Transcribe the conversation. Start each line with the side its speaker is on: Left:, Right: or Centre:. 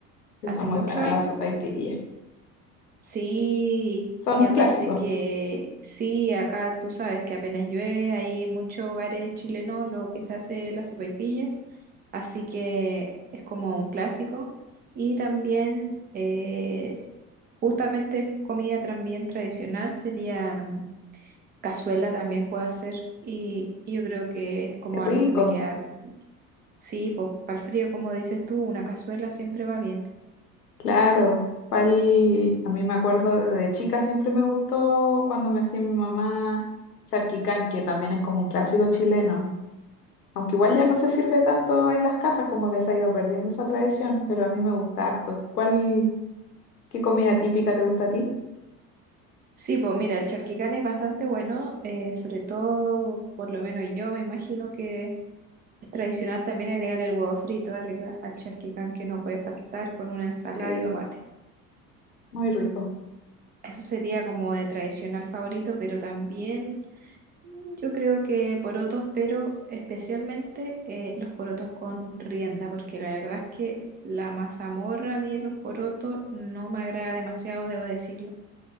Left: Está
Right: hace
Left: muy
Right: muchos
Left: buena
Right: años.
Left: la sopaipilla.
Right: Sí,
Left: Son
Right: y
Left: un
Right: aparte
Left: clásico.
Right: que sí, acá tú sabes que apenas llueve, hay en muchos hogares chilenos lo que se hace es la sopaipilla, así que es como un clásico. Y también, eh, justamente es comida también tradicional, sería mm, cazuela también puedo hacer, y, y yo creo que es como
Left: Qué
Right: algo
Left: rico.
Right: que me queda, sí, pues para el frío, como dices tú, una cazuela siempre va bien.
Left: Claro, cuál, a mí me acuerdo de chica siempre me gustó cuando me hacía mi mamá charquicán, que también es como un clásico chileno, aunque igual ya no se sirve tanto en las casas, como que se ha ido perdiendo esa tradición, pero a mí me gusta harto. ¿Cuál, qué comida típica te gusta a ti?
Right: Sí, pues mira, el charquicán es bastante bueno, eh, sobre todo, por lo menos yo me imagino que es tradicional también agregar el huevo frito arriba al charquicán que no puede faltar con una ensalada
Left: Sí,
Right: de tomate.
Left: muy rico.
Right: Eso sería como de tradicional favorito, pero también mm, yo creo que porotos, pero especialmente eh, los porotos con rienda, porque la verdad es que la mazamorra a mí en los porotos no me agrada demasiado, debo decirlo.